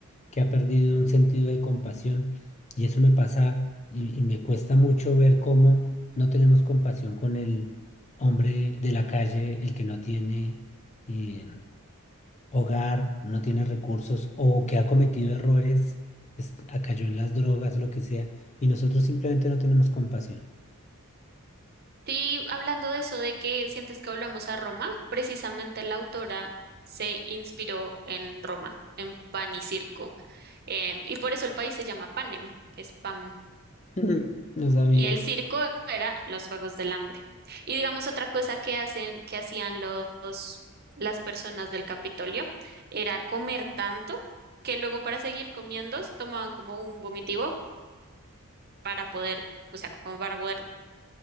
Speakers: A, on the left; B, on the right.
A: que ha perdido un sentido de compasión. Y eso me pasa y, y me cuesta mucho ver cómo no tenemos compasión con él hombre de la calle, el que no tiene eh, hogar, no tiene recursos o que ha cometido errores, es- ah, cayó en las drogas, lo que sea, y nosotros simplemente no tenemos compasión.
B: Sí, hablando de eso, de que sientes que volvemos a Roma, precisamente la autora se inspiró en Roma, en pan y circo. Eh, y por eso el país se llama Panem, que es pan.
A: <laughs> No sabía.
B: Y el circo era los Juegos del Hambre. Y digamos otra cosa que hacen, que hacían los, las personas del Capitolio era comer tanto que luego para seguir comiendo se tomaban como un vomitivo para poder, o sea, como para poder